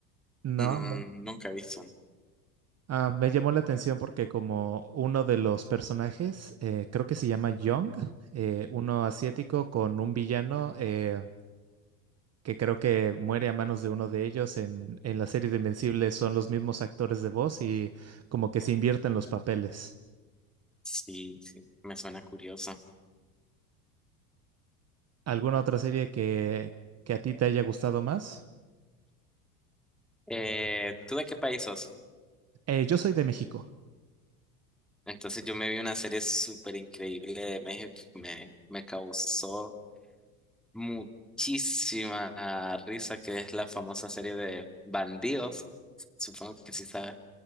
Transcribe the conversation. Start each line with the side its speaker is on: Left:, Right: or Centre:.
Right: No,
Centre: mm,
Right: no.
Centre: nunca he visto.
Right: Ah, me llamó la atención porque como uno de los personajes, eh, creo que se llama Young, eh, uno asiático con un villano. eh, que creo que muere a manos de uno de ellos en, en la serie de Invencible, son los mismos actores de voz y como que se invierten los papeles.
Centre: Sí, sí, me suena curioso.
Right: ¿Alguna otra serie que, que a ti te haya gustado más?
Centre: Eh, ¿tú de qué país sos?
Right: Eh, yo soy de México.
Centre: Entonces yo me vi una serie súper increíble de México que me, me causó muchísima risa, que es la famosa serie de Bandidos, supongo que sí sabes,